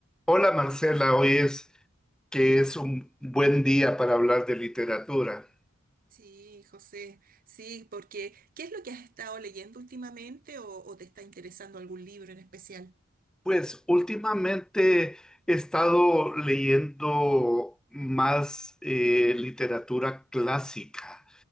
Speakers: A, in the centre; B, on the right.
A: Hola Marcela, hoy es que es un buen día para hablar de literatura.
B: Sí, José, sí, porque ¿qué es lo que has estado leyendo últimamente o, o te está interesando algún libro en especial?
A: Pues últimamente he estado leyendo más eh, literatura clásica.